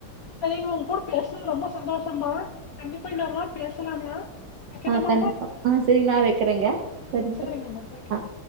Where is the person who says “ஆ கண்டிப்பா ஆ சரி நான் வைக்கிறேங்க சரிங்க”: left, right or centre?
Right